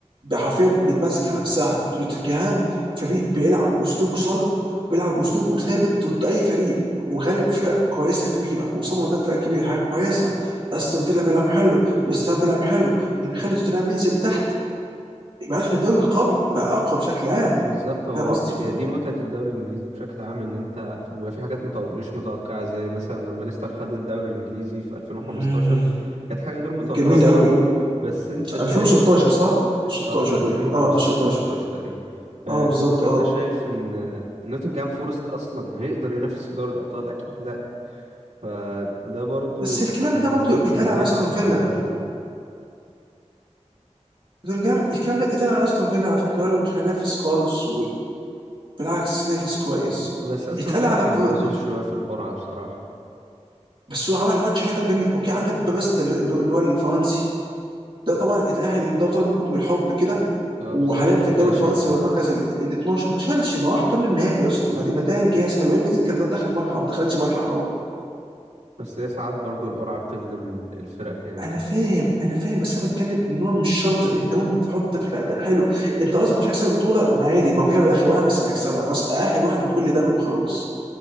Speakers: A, on the right; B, on the right.
A: حرفيا بتماسكه نفسها نوتنجهام فريق بيلعب اسلوبه صلب بيلعب اسلوبه ثابت ضد اي فريق وغالب فرق كويسه كبيره وصمم قدام فرق كبيره حاجه كويسه استون فيلا بيلعب حلو وستام بيلعب حلو اللي بيخلي توتنهام ينزل تحت معناته ان الدوري قوي بقى اقوى بشكل عام
B: بالظبط هو
A: فاهم قصدي؟
B: ف- هي دي متعة الدوري الإنجليزي بشكل عام إن أنت في- بيبقى في حاجات متو... مش متوقعة زي مثلا لما ليستر خد الدوري الإنجليزي في 2015
A: ف...
B: كانت حاجة غير متوقعة
A: جميل
B: خالص
A: قوي
B: بس أنت شايف
A: 2016 صح
B: نوت...
A: 2016
B: آه، 2015
A: باين اه 2016
B: 2016 تقريبا آه،
A: اه بالظبط
B: فأنت
A: اه
B: شايف إن آه، نوتنجهام فورست أصلا هيقدر ينافس في دوري الأبطال أكيد لأ فده برضو
A: بس الكلام
B: من
A: ده برضه
B: أسباب
A: اتقال
B: إنه هيضعف
A: على استون
B: في
A: فيلا
B: البطولة شوية
A: نوتنجهام الكلام ده اتقال على استون فيلا على فكره قالوا مش هينافس خالص وبالعكس نافس كويس
B: بس أستون
A: اتقال
B: فيلا
A: على
B: كان
A: برو...
B: محظوظ شوية في القرعة بصراحة
A: بس هو عمل ماتش هيدا باريس اوكي عندك باريس اللي اللي اللي هو الفرنسي ده طبعا اتأهل ده طالب برضه بالحب كده
B: اه
A: وحاليا
B: بالظبط
A: في
B: وبعد
A: الدوري
B: كده شال
A: الفرنسي هو المركز ال ال 12 ما شالش ما راح من النهائي يا اسطى ما دي ما ده انجاز حلو ريال مدريد كان ده دخل ملحق وما دخلش ملحق هو
B: بس هي ساعات برضو القرعة بتخدم ال- الفرق يعني
A: انا فاهم انا فاهم بس انا بتكلم ان هو مش شرط انت ممكن تحط في لا ده حلو انت قصدك مش هيكسب البطوله ما عادي ما هو كده في الاخر واحد بس اللي هيكسبها خلاص اهل واحد من كل ده وخلاص